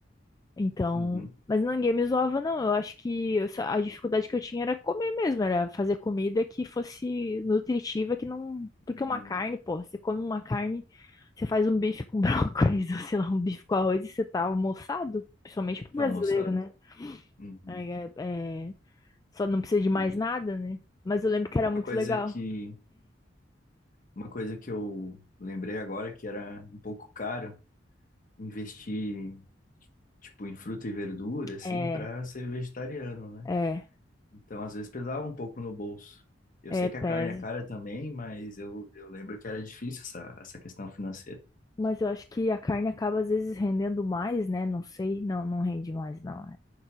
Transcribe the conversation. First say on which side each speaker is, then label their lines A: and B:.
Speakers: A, on the left (about 20°); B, on the left (about 45°).
A: Então,
B: Uhum.
A: mas ninguém me zoava, não. Eu acho que eu só- a dificuldade que eu tinha era comer mesmo, era fazer comida que fosse nutritiva, que não. Porque
B: E
A: uma carne, pô, você come uma carne, você faz um bife com <laughs> brócolis, ou sei lá, um bife com arroz e você tá almoçado, principalmente pro
B: tá,
A: brasileiro,
B: moçada.
A: né?
B: Uhum.
A: É, é- é- Só não precisa de mais
B: O-
A: nada, né? Mas eu lembro que era
B: Uma
A: muito
B: coisa
A: legal.
B: que, uma coisa que eu lembrei agora é que era um pouco caro investir, tipo, em fruta e verdura, assim,
A: É,
B: para ser vegetariano, né?
A: é,
B: Então, às vezes pesava um pouco no bolso. Eu
A: é,
B: sei que
A: pese.
B: a carne é cara também, mas eu, eu lembro que era difícil essa, essa questão financeira.
A: Mas eu acho que a carne acaba às vezes rendendo mais, né? Não sei, não, não rende mais, não.